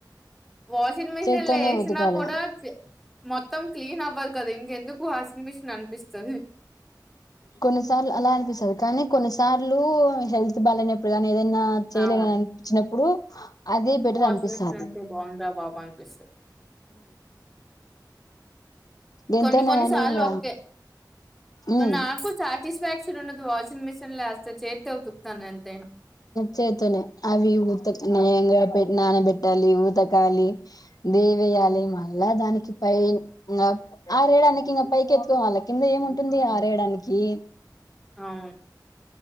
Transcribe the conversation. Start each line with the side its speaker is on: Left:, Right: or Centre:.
Centre: వాషింగ్ మిషిన్
Left: చేత్తోనే
Centre: లో వేసినా
Left: ఉతకాల
Centre: కూడా మొత్తం క్లీన్ అవ్వదు కదా ఇంకెందుకు ఆ వాషింగ్ మెషిన్ అనిపిస్తది
Left: కొన్నిసార్లు అలా అనిపిస్తది కానీ కొన్నిసార్లు హెల్త్ బాలెనప్పుడు కాని న ఏదైనా చేయలేనని
Centre: అవును
Left: అనిపించినప్పుడు అది బెటర్
Centre: వాషింగ్
Left: అనిపిస్తది
Centre: మెషన్ అంటే బాగుండ్రా బాబు అనిపిస్తది
Left: ఎంతైనా
Centre: కొన్ని కొన్ని
Left: గాని
Centre: సార్లు
Left: ఇంగ
Centre: ఓకే
Left: ఉమ్
Centre: నాకు చ సాటిస్ఫాక్షన్ ఉండదు వాషింగ్ మిసన్ లే యేస్తే చేత్తో ఉతుకుతాను ఎ
Left: చేత్తోనే అవి ఇవి ఉతక్ <inaudible> నానబెట్టాలి ఉతకాలి దేవెయ్యాలి
Centre: అవును
Left: మళ్ళా దానికి పై ఇంగ ఆరేయడానికి ఇంక పైకి ఎత్తుకోవాల కింద ఏముంటుంది ఆరేయడానికి
Centre: అవును